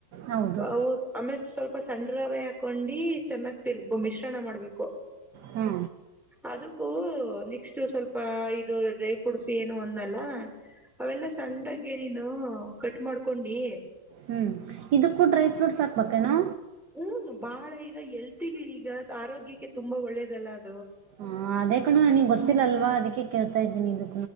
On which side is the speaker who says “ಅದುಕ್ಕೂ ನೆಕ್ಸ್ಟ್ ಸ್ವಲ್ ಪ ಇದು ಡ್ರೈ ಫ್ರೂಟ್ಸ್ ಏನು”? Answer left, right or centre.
Centre